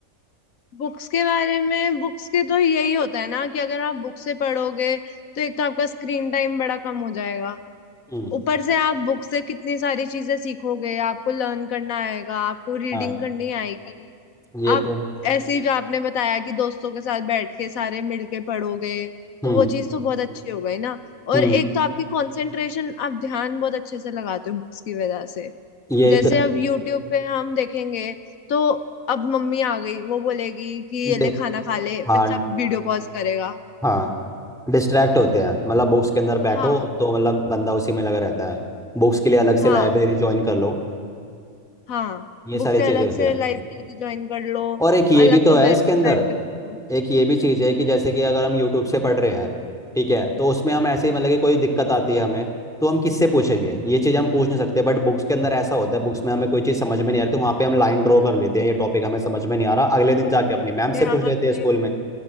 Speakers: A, on the left; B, in the centre.
A: बुक्स के बारे में बुक्स के तो यही होता है ना कि अगर आप बुक से पढ़ोगे तो एक तो आपका स्क्रीन टाइम बड़ा कम हो जाएगा
B: हम्म
A: ऊपर से आप बुक से कितनी सारी चीजें सीखोगे आपको लर्न करना आएगा आपको रीडिंग
B: हाँ
A: करनी आएगी
B: ये
A: आप
B: तो
A: ऐसे ही जो आपने बताया कि दोस्तों के साथ बैठ के सारे मिलके पढ़ोगे
B: हम्म
A: तो वो चीज तो बहुत अच्छी हो गई ना और
B: हम्म
A: एक तो आपकी कंसंट्रेशन आप ध्यान बहुत अच्छे से लगाते हो बुक्स की वजह से
B: यही
A: जैसे
B: तो
A: अब यूट्यूब पे हम देखेंगे तो अब मम्मी आ गई वो बोलेगी कि
B: है।
A: ये ले
B: डि-
A: खाना खा ले
B: हाँ
A: बच्चा वीडियो पॉज करेगा
B: हाँ डिस्ट्रैक्ट होते हैं मतलब बुक्स के अंदर बैठो
A: हाँ
B: तो मतलब बंदा उसी में लगा रहता है बुक्स के लिए अलग
A: हाँ
B: से लाइब्रेरी ज्वाइन कर लो
A: हाँ
B: ये
A: बुक
B: सारी
A: से
B: चीज़ें
A: अलग
B: होती
A: से
B: है
A: लाइब्रेरी ज्वाइन कर लो
B: और एक ये
A: अलग
B: भी तो
A: कमरे
B: है इसके
A: में
B: अंदर
A: बैठ के पढ़ो
B: एक ये भी चीज़ है कि जैसे कि अगर हम यूट्यूब से पढ़ रहे हैं ठीक है तो उसमें हम ऐसे ही मतलब कि कोई दिक्कत आती है हमें तो हम किससे पूछेंगे ये चीज़ हम पूछ नहीं सकते बट बुक्स के अंदर ऐसा होता है बुक्स में हमें कोई चीज़ समझ में नहीं आ रही तो वहाँ पे हम लाइन ड्रॉ कर लेते हैं ये टॉपिक हमें समझ में नहीं आ रहा अगले दिन जाके अपनी मैम
A: कि
B: से पूछ
A: हम
B: लेते
A: अपने
B: हैं स्कूल में